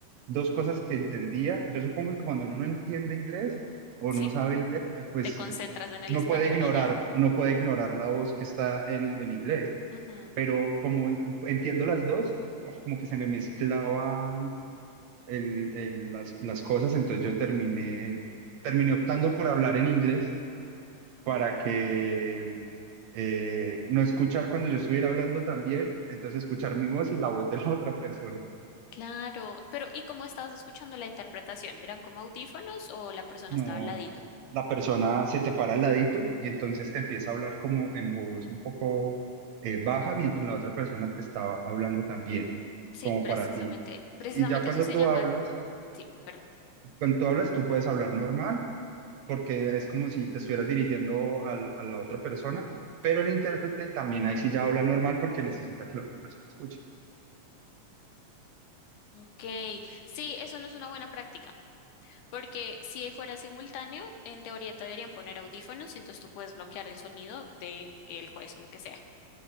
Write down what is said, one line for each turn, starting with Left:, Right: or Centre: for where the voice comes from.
Right: dos cosas que entendía. Yo supongo que cuando uno no entiende inglés o
Left: Sí,
Right: no sabe inglés, eh, pues
Left: te concentras
Right: eh,
Left: en el
Right: uno
Left: español
Right: puede ignorar,
Left: y
Right: no puede ignorar la voz que está en, en inglés,
Left: ya.
Right: pero como entiendo las dos, oh, como que se me mezclaba el- el- las, las cosas, entonces yo terminé, terminé optando por hablar en inglés para que mm, eh, no escuchar cuando yo estuviera hablando también, entonces escuchar mi voz y la voz de la otra persona.
Left: Claro, pero ¿y cómo estabas escuchando la interpretación? ¿Eran como audífonos o la persona
Right: No,
Left: estaba al ladito?
Right: la persona se te para al ladito y entonces te empieza a hablar como en voz un poco eh, baja mientras la otra persona te estaba hablando también,
Left: Sí,
Right: como
Left: precisamente,
Right: para ti.
Left: precisamente
Right: Y ya cuando
Left: eso se
Right: tú
Left: llama,
Right: hablas,
Left: sí, perdón.
Right: cuando tú hablas, tú puedes hablar normal porque es como si te estuvieras dirigiendo al- a la otra persona, pero el intérprete también ahí sí ya habla normal porque necesita que la otra persona escuche.
Left: Ok, sí, eso no es una buena práctica, porque si fuera simultáneo, en teoría te deberían poner audífonos y entonces tú puedes bloquear el sonido de el juez o lo que sea.